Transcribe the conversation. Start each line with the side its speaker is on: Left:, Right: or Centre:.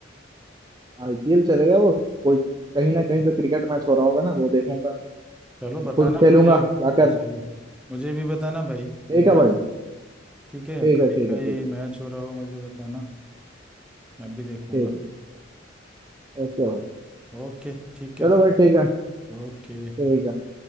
Right: आईपीएल चलेगा वो कोई कहीं ना कहीं तो क्रिकेट मैच हो रहा होगा ना वो देखूंगा
Centre: चलो बताना
Right: खुद खेलूंगा
Centre: मुझे
Right: जाकर
Centre: मुझे भी मुझे भी बताना भाई
Right: ठीक
Centre: कोई मैच
Right: है भाई
Centre: ठीक है
Right: ठीक
Centre: कभी
Right: है
Centre: कभी
Right: ठीक है ठीक है
Centre: मैच हो रहा हो मुझे बताना मैं भी देखूंगा
Right: ठीक है ओके भाई
Centre: ओके ठीक है
Right: चलो
Centre: फिर
Right: भाई ठीक है
Centre: ओके
Right: ठीक है